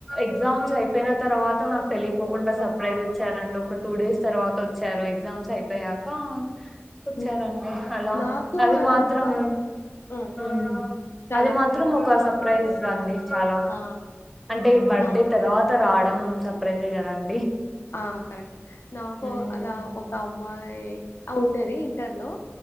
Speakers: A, in the centre; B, on the left.
A: ఎగ్జామ్స్ అయిపోయిన తర్వాత నాకు తెలియపోకుండా సర్ప్రైజ్ ఇచ్చారండి ఒక టూ డేస్ తర్వాత వచ్చారు ఎగ్జామ్స్ అయిపోయాక వచ్చారండి
B: హ్మ్.
A: అలా
B: నాకు
A: అది
B: అలాగగా
A: మాత్రం
B: హ్మ్.
A: హమ్
B: చాలా
A: అది మాత్రం ఒక సప్ ప్రైజ్ అండి చాలా
B: ఆ!
A: అంటే బర్త్డే
B: నా
A: తర్వాత రావడం ఉమ్ సర్ప్రైజే కదన్
B: ఆ కరెక్ట్ నాకు
A: మ్మ్
B: అలా ఒక అమ్మాయి అ ఉండేది ఇంటర్లో